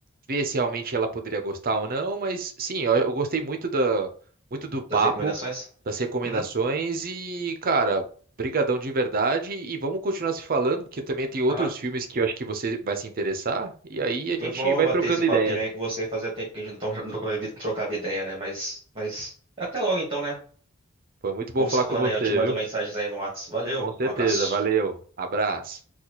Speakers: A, on the right; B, on the right.
A: ver se realmente ela poderia gostar ou não, mas sim, eu, eu gostei muito da, muito do papo,
B: Das recomendações?
A: das recomendações
B: Uhum.
A: e, cara, brigadão de verdade e vamos continuar se falando, porque também tem outros
B: Aham.
A: filmes que eu acho que você vai se interessar e aí a gente
B: Foi bom
A: vai
B: bater
A: trocando
B: esse papinho
A: ideias.
B: aí com você. Fazia tempo que a gente não tro- trocava trocava ideia, né? Mas, mas até logo então, né?
A: Foi muito bom
B: Vamos
A: falar
B: se falando
A: com você,
B: aí. Eu te mando
A: viu?
B: mensagens aí no WhatsApp. Valeu,
A: Com certeza,
B: um abraço.
A: valeu, abraço.